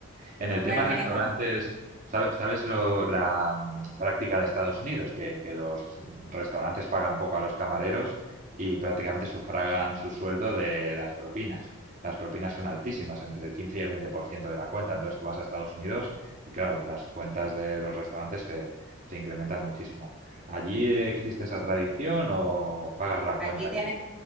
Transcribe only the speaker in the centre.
Bueno,
en esta, mo-
aquí tienes,